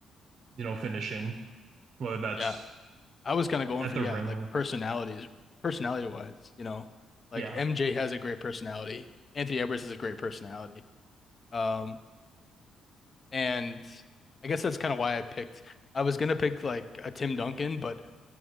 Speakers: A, on the right; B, on the left.
A: you know finishing, whether that's
B: Yeah, I was kind of going
A: at
B: for
A: the
B: yeah,
A: rim
B: like
A: or
B: personalities, personality wise, you know, like
A: yeah,
B: MJ has a great personality. Anthony Edwards has a great personality. Um, and I guess that's kind of why I picked. I was gonna pick like a Tim Duncan, but